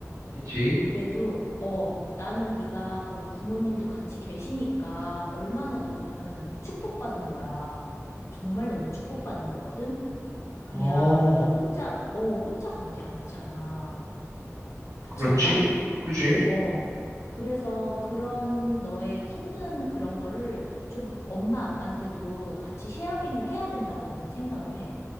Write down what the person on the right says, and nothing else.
그치?
어,
그렇지?
그지?